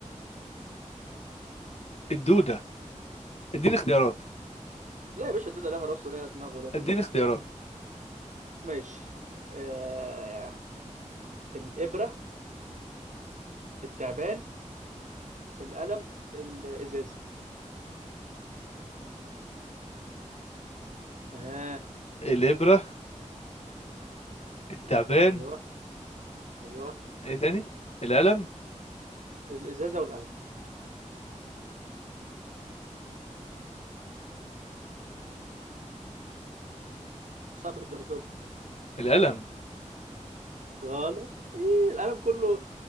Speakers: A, on the left; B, on the right.
A: الدودة اديني اختيارات
B: لا يا باشا الدوده ليها راس وليها دماغ وليها كل
A: اديني
B: حاجه
A: اختيارات
B: ماشي آه... الإبرة التعبان القلم الإزازة آه
A: الابره التعبان
B: أيوه أيوه
A: ايه تاني القلم
B: الإزازة والقلم صعب الدرجات
A: القلم
B: غلط إيه القلم كله